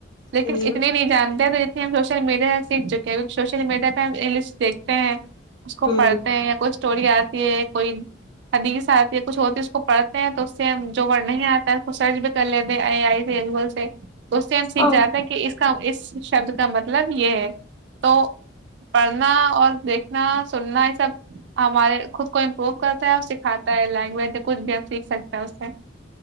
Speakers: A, on the right; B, on the left.
A: لیکن
B: ہوں
A: اتنے جانتے ہیں تو جتنے ہم سوشل میڈیا سے سیکھ چکے ہیں کیکہ سوشل میڈیا پہ ہم انگلسٹیکھتے ہیں اس کو
B: ہ
A: پڑھتے ہیں یا کچھ اسٹوری آتی ہے کوئی حدیث آتی ہے کچھ ہوتی ہے اس کو پڑھتے ہیں تو اس سے جو ور نہیں آتا ہے سرچ بھی کر لیتے ا آئی گوگل سے اس سے ہم سیکھ
B: ہاں
A: جاتے ہیں کہ اس کا اس شبد کا مطلب یہ ہے تو پڑھنا اور دیکھنا سننا یہ سب ہمارے خود کو امپروو کرتا ہے اور سکھاتا ہے لینگویج کچھ بھی ہم سیکھ سکتے ہیں اس سے